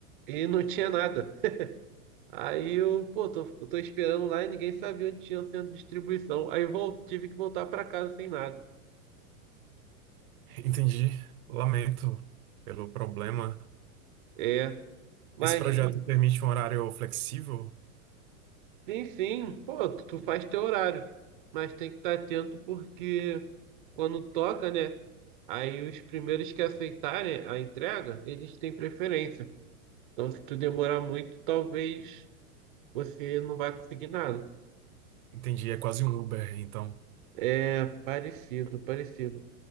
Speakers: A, on the right; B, on the right.
A: e não tinha nada. Aí eu, pô, tô, eu tô esperando lá e ninguém sabia onde tinha o centro de distribuição. Aí eu vol- tive que voltar para casa sem nada.
B: Entendi. Lamento pelo problema.
A: É, mas
B: Esse projeto permite um horário flexível?
A: Sim, sim. Pô, tu tu faz teu horário, mas tem que estar atento porque quando toca, né? Aí os primeiros que aceitarem a entrega, eles têm preferência. Então, se tu demorar muito, talvez você não vai conseguir nada.
B: Entendi, é quase um Uber, então.
A: É parecido, parecido.